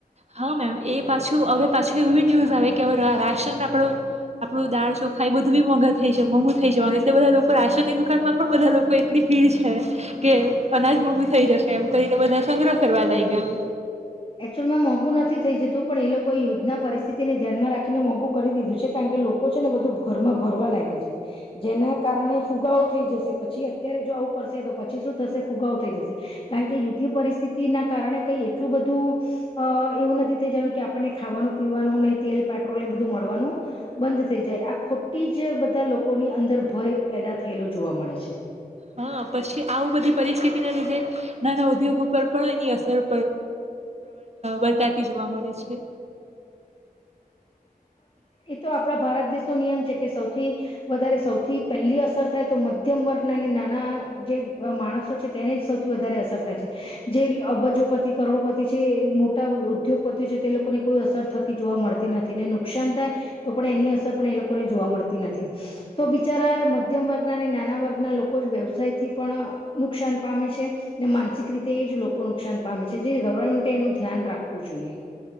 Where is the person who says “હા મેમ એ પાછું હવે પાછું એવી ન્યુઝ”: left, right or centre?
Right